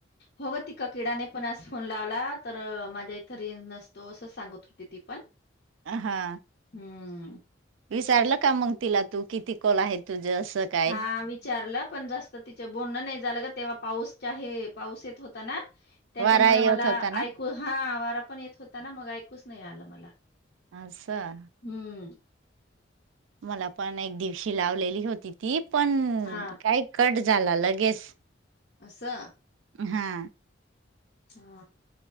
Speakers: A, on the left; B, on the right.
A: हो ग तिक किडाने पण आज फोन लावला तर माझ्याऽऽऽ तरी नसतो असं सांगत होती ती पण.
B: ह हा
A: हम्म
B: विचारलं का मग तिला तू किती कॉल आहे तुजे असं. काय
A: हा विचारलं पण जास्त तिच बोलणं नाही झालं ग तेव्हा पाऊसऽऽऽ पाऊस येत होता ना त्याच्यामुळे
B: वारा येत
A: मला
B: होता ना
A: ऐकू हाऽऽ वारा पण येत होता ना मग ऐकूच नाही आलं मला.
B: आसं
A: हम्म.
B: मला पण एक दिवशी लावलेली होती ती पण
A: हां,
B: काय कट झाला लगेच
A: असा
B: हा
A: हा